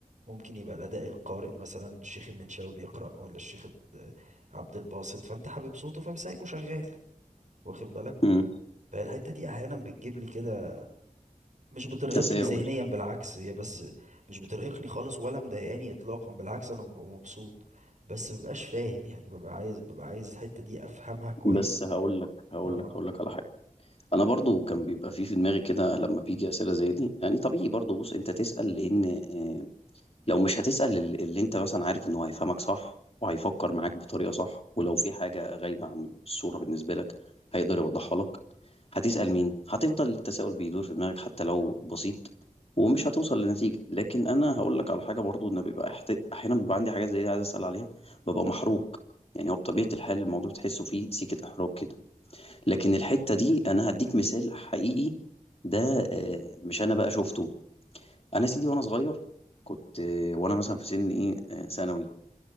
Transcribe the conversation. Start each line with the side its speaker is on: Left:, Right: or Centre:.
Right: ممكن يبقى الأداء القارئ مثلا الشيخ المنشاوي بيقرأ ولا الشيخ الت- عبد الباسط فأنت حابب صوته فسايبه شغال واخد بالك
Left: مم.
Right: فالحتة دي أحيانا بتجيب لي كده مش بترهقني
Left: تساؤل
Right: ذهنيا بالعكس هي بس مش بترهقني خالص ولا مضايقاني إطلاقا بالعكس أنا ببقى مبسوط بس مببقاش فاهم يعني ببقى عايز ببقى عايز الحتة دي أفهمها كويس
Left: بس هقول لك هقول
Right: اه
Left: لك هقول لك على حاجه انا برضو كان بيبقى في في دماغي كده لما بيجي اسئله زي دي يعني طبيعي برضو بص انت تسال لان آه، لو مش هتسأل ال- اللي انت مثلا عارف انه هيفهمك صح وهيفكر معاك بطريقة صح ولو في حاجة غايبة عن الصورة بالنسبة لك هيقدر يوضحها لك هتسأل مين هتفضل التساؤل بيدور في دماغك حتى لو بسيط ومش هتوصل
Right: مم.
Left: لنتيجة لكن انا هقول لك على حاجة برضو ان بيبقى احت- احيانا بيبقى عندي حاجات زي دي عايز اسأل عليها ببقى محروج يعني هو بطبيعة الحال الموضوع بتحسه فيه سيكة احراج كده لكن الحتة دي انا هديك مثال حقيقي ده
Right: مم.
Left: آه، مش انا بقى شفته انا يا سيدي وانا صغير كنت آه، وانا مثلا في سن ايه آه، ثانوي